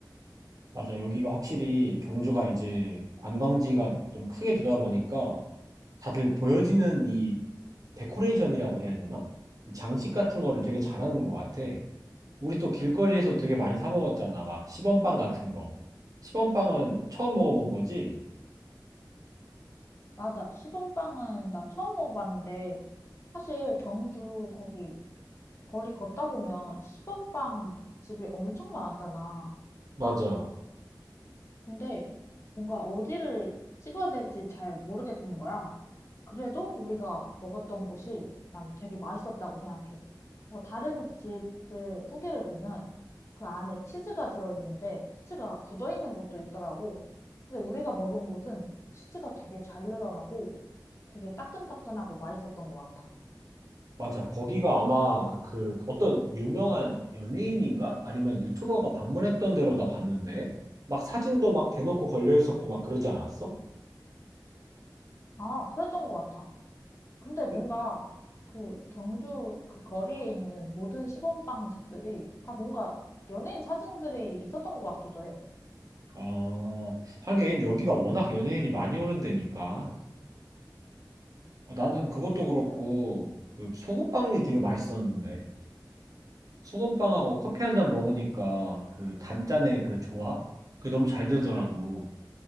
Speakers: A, on the right; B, on the left.
A: 맞아. 여기가 확실히 경주가 이제 관광지가 좀 크게 되다 보니까 다들 보여지는 이 데코레이션이라고 해야 되나? 이 장식 같은 거를 되게 잘하는 것 같아. 우리 또 길거리에서 되게 많이 사 먹었잖아. 막 시범빵 같은 거. 시범빵은 처음 먹어본 거지?
B: 맞아. 시범빵은 나 처음 먹어봤는데 사실 경주 거기 거리 걷다 보면 시범빵 집이 엄청 많았잖아.
A: 맞아.
B: 근데 뭔가 어디를 찍어야 될지 잘 모르겠는 거야. 그래도 우리가 먹었던 곳이 난 되게 맛있었다고 생각해. 뭐 다른 집들 후기를 보면 그 안에 치즈가 들어있는데 치즈가 굳어있는 곳도 있더라고. 근데 우리가 먹은 곳은 치즈가 되게 잘 늘어나고 되게 따끈따끈하고 맛있었던 것 같아.
A: 맞아. 거기가 아마 그 어떤 유명한 연예인인가? 아니면 유튜버가 방문했던 데로 나 봤는데, 막 사진도 막 대놓고 걸려 있었고 막 그러지 않았어?
B: 아, 그랬던 것 같아. 근데 뭔가
A: 그,
B: 그 경주 그 거리에 있는 모든 시범빵 집들이 다 뭔가 연예인 사진들이 있었던 것 같기도 해.
A: 아, 하긴 여기가 워낙 연예인이 많이 오는 데니까. 어, 나는 그것도 그렇고,
B: 근-
A: 그 소금빵이 되게 맛있었는데, 소금빵하고 커피 한 잔 먹으니까 그 단짠의 그 조화? 그게 너무 잘 되더라고.